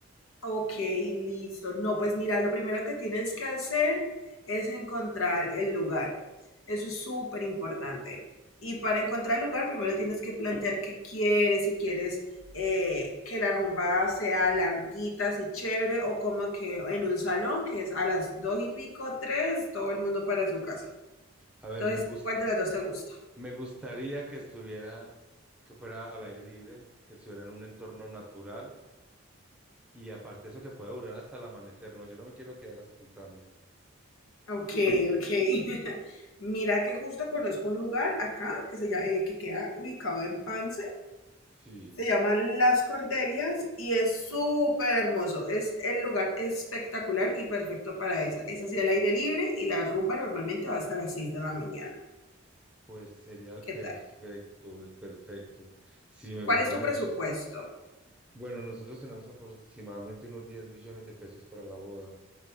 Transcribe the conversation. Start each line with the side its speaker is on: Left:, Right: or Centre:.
Left: Ok, listo. No, pues mira, lo primero que tienes que hacer es encontrar el lugar. Eso es súper importante. Y para encontrar el lugar, primero tienes que plantear qué quieres, si quieres eh, que la rumba sea larguita, así chévere, o como que en un salón, que es a las dos y pico, tres, todo el mundo para su casa.
Centre: A ver,
Left: Entonces,
Centre: me gus-
Left: ¿cuál de las dos te gusta?
Centre: me gustaría que estuviera, que fuera al aire libre, que estuviera en un entorno natural Y aparte eso que puede durar hasta el amanecer, ¿no? Yo no me quiero quedar hasta temprano.
Left: Ok, ok. <laughs> Mira que justo conozco un lugar acá que se llama, que queda ubicado en Pance.
Centre: Sí,
Left: Se llaman Las Cordelias y es súper hermoso. Es el lugar espectacular y perfecto para esa. Es así al aire libre y la rumba normalmente va hasta las 6 de la mañana.
Centre: pues sería el
Left: ¿Qué
Centre: perfecto,
Left: tal?
Centre: el perfecto. Sí, me
Left: ¿Cuál
Centre: gustaría
Left: es tu presupuesto?
Centre: muchísimo. Bueno, nosotros tenemos aproximadamente unos 10 millones de pesos para la boda.